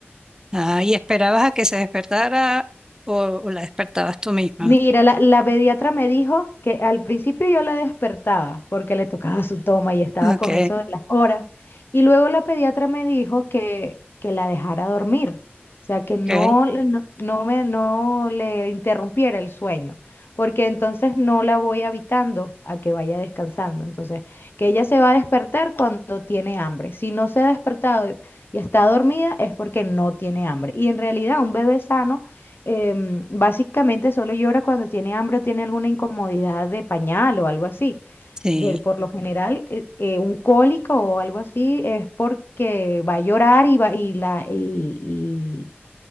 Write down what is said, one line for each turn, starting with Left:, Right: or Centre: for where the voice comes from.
Right: Ah, y esperabas a que se despertara o, o la despertabas tú misma.
Left: Mira, la, la pediatra me dijo que al principio yo la despertaba porque le tocaba su toma y estaba
Right: Ok,
Left: con eso de las horas. Y luego la pediatra me dijo que, que la dejara dormir, o sea, que no,
Right: ok,
Left: le- no, no me, no le interrumpiera el sueño, porque entonces no la voy habitando a que vaya descansando. Entonces, que ella se va a despertar cuando tiene hambre. Si no se ha despertado y está dormida es porque no tiene hambre. Y en realidad un bebé sano em, básicamente solo llora cuando tiene hambre o tiene alguna incomodidad de pañal o algo así.
Right: sí.
Left: De- por lo general, eh, eh, un cólico o algo así es porque va a llorar y, va, y, la, y, y